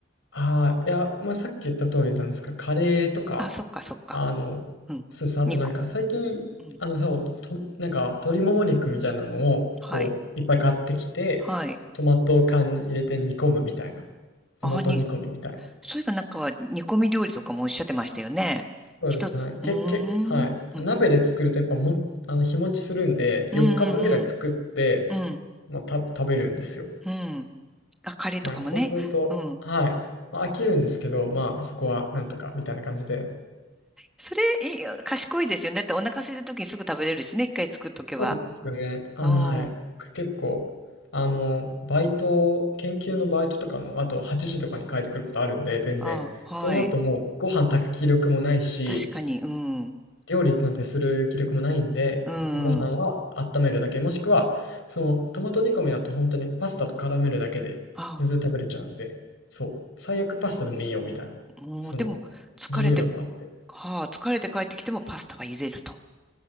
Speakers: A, on the left (about 70°); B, in the centre.
A: ああ、いや、まあ、さっき言った通りなんですけど、カレーとか、
B: あ、そっかそっか。
A: あの、
B: うん。
A: そうです。あとなんか最近、
B: 煮こ、うん。
A: あの、そう、と、なんか鶏もも肉みたいなのを、
B: はい。
A: こう、いっぱい買ってきて、
B: はい。
A: トマト缶に入れて煮込むみたいな。トマト煮込みみたいな。
B: あ、に、そういえばなんか、煮込み料理とかもおっしゃってましたよね。
A: そうですね。
B: 一つ、
A: はい。け、
B: うー
A: け、はい。
B: ん。うん。
A: 鍋で作るとやっぱも、あの、日持ちするんで、
B: うんうん
A: 4日分ぐらい作って、
B: うん。うん。
A: まあ、た、食べるんですよ。
B: うんあ、カレーとかもね。
A: はい。そうすると、
B: うん。
A: はい。まあ、飽きるんですけど、まあ、そこはなんとか、みたいな感じで。
B: それ、いい賢いですよね。だってお腹空いた時にすぐ食べれるしね。一回作っとけば。
A: そうなんですよね。あの、
B: うん。
A: はい。僕結構、あの、バイト、研究のバイトとかの、あと8時とかに帰ってくることあるんで、全然。
B: あ、はい。
A: その後もう、ご飯炊く気力もないし、
B: 確かに、うん。
A: 料理なんてする気力もないんで、
B: う
A: ご飯は温めるだけ、
B: ん。
A: もしくは、その、トマト煮込みだと本当にパスタと絡めるだけで、
B: あ
A: 全然食べれちゃうんで、そう、最悪パスタでもいいよ、みたいな、
B: あ、もう、
A: その、
B: でも、疲れて、
A: 自由度もあって。
B: はあ、疲れて帰ってきてもパスタは茹でると。